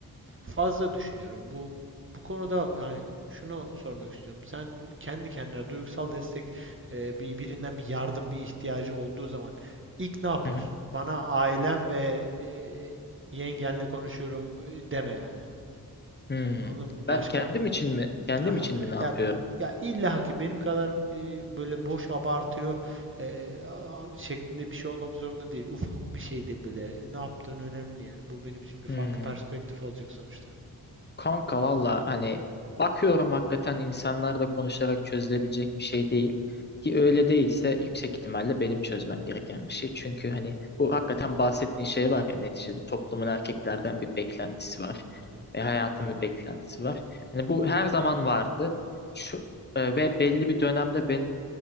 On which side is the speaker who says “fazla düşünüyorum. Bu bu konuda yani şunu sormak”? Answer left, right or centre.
Right